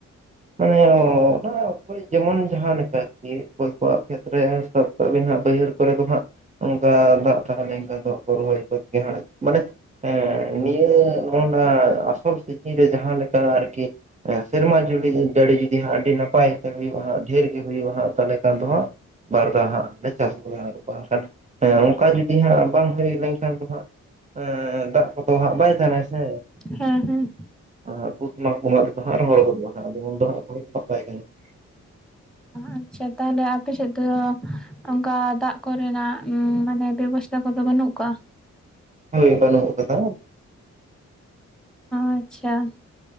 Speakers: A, on the right; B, in the centre.
A: ᱢᱟᱱᱮ ᱚᱱᱟ ᱚᱠᱚᱭ ᱡᱮᱢᱚᱱ ᱡᱟᱦᱟᱸ ᱞᱮᱠᱟ ᱟᱨᱠᱤ ᱚᱠᱚᱭ ᱠᱚᱣᱟᱜ ᱠᱷᱮᱛᱨᱮ᱾ ᱥᱟᱵ ᱠᱟᱜᱵᱤᱱ ᱦᱟᱜ ᱵᱟᱹᱭᱦᱟᱹᱲ ᱠᱚᱨᱮ ᱫᱚ ᱦᱟᱸᱜ᱾ ᱚᱱᱠᱟ ᱫᱟᱜ ᱛᱟᱦᱮ ᱞᱮᱱᱠᱷᱟᱱ ᱫᱟᱜ ᱠᱚ ᱨᱚᱦᱚᱭ ᱠᱚᱜ ᱜᱮᱭᱟ ᱾ᱢᱟᱱᱮ ᱦᱮᱸ ᱱᱤᱭᱟᱹ <unintelligible> ᱟᱥᱚᱞ ᱥᱨᱮᱛᱤ ᱨᱮ ᱡᱟᱦᱟᱸ ᱞᱮᱠᱟ ᱟᱨᱠᱤᱼᱼ ᱦᱮᱸ ᱥᱮᱨᱢᱟ ᱡᱩᱲᱤ ᱡᱟᱹᱲᱤ ᱡᱩᱫᱤ ᱦᱟᱸᱜ ᱟᱹᱰᱤ ᱱᱟᱯᱟᱭ ᱜᱮ ᱦᱩᱭᱩᱜ-ᱟ ᱦᱟᱸᱜ ᱰᱷᱮᱨ ᱜᱮ ᱦᱩᱭᱩᱜ-ᱟ ᱦᱟᱸᱜ ᱛᱟᱦᱚᱞᱮ ᱠᱷᱟᱱ ᱫᱚ ᱦᱟᱸᱜᱼᱼ ᱵᱟᱨ ᱫᱷᱟᱣ ᱦᱟᱸᱜ ᱞᱮ ᱪᱟᱥ ᱟᱠᱟᱫᱟ ᱟᱨ ᱵᱟᱝᱠᱷᱟᱱ ᱦᱮᱸ ᱚᱱᱠᱟ ᱡᱩᱫᱤ ᱦᱟᱸᱜ ᱵᱟᱝ ᱦᱩᱭ ᱞᱮᱱᱠᱷᱟᱱ ᱫᱚ ᱦᱟᱸᱜᱼᱼ ᱦᱮᱸ ᱫᱟᱜ ᱠᱚᱫᱚ ᱦᱟᱜ ᱵᱟᱭ ᱛᱟᱦᱮᱱᱟᱭ ᱥᱮ᱾
B: ᱦᱮᱸ ᱦᱮᱸ᱾
A: ᱟᱨ ᱯᱩᱥ ᱢᱟᱜ ᱵᱚᱸᱜᱟ ᱛᱮᱫᱚ ᱦᱟᱜ ᱨᱚᱦᱚᱲ ᱜᱚᱫᱚᱜᱼᱟ, ᱦᱟᱸᱜ ᱩᱱ ᱫᱚ ᱦᱟᱸᱜ ᱨᱚᱦᱚᱭ ᱫᱚ ᱵᱟᱝ ᱜᱟᱱᱚᱜ-ᱟ᱾
B: ᱟᱪᱪᱷᱟ ᱛᱟᱦᱚᱞᱮ ᱟᱯᱮ ᱥᱮᱫ ᱫᱚ ᱚᱱᱠᱟ ᱫᱟᱜ ᱠᱚᱨᱮᱱᱟᱜ ᱢᱟᱱᱮ ᱵᱮᱵᱚᱥᱼᱼ ᱛᱟ ᱠᱚᱫᱚ ᱵᱟᱹᱱᱩᱜ ᱟᱠᱟᱜ-ᱟ?
A: ᱦᱳᱭ ᱵᱟᱹᱱᱩᱜ ᱠᱟᱫᱟ᱾
B: ᱟᱪᱪᱷᱟ᱾